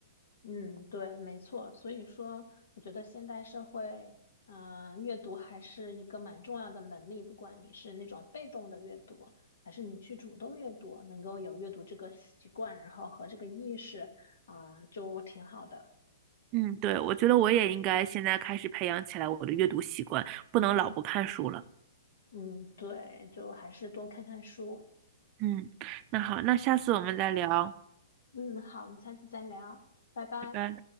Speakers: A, on the left; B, on the right.
A: 嗯，对，没错。所以说，我觉得现代社会，嗯、阅读还是一个蛮重要的能力。不管你是那种被动的阅读，还是你去主动阅读，能够有阅读这个习惯，然后和这个意识，嗯、就挺好的。
B: 嗯，对，我觉得我也应该现在开始培养起来我的阅读习惯，不能老不看书了。
A: 嗯，对，就还是多看看书。
B: 嗯，那好，那下次我们再聊，
A: 嗯，好，我们下次再聊，拜拜。
B: 拜拜。